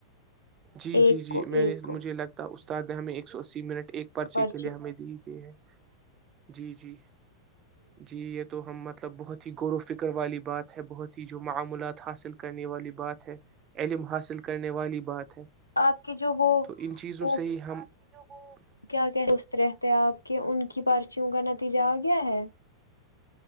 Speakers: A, on the right; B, on the left.
A: جی
B: ایک
A: جی جی
B: کو
A: میں
B: ایک
A: نے
B: کو
A: مجھے لگتا استاد نے ہمیں ایک سو اسی منٹ ایک پرچے
B: پرچی
A: کے لیے ہمیں دی یہ ہے جی جی جی یہ تو ہمت مطلب بہت ہی غور و فکر والی بات ہے بہت ہی جو معملات حاصل کرنے والی بات ہے علم حاصل کرنے والی بات ہیں
B: آپ کی جو وہ
A: تو ان چیزوں
B: وہ
A: سے ہی ہم کی جو وہ
B: کیا کہ سست رہتے آپ کہ ان کی پرارچیوں کا نتیجہ آ گیا ہے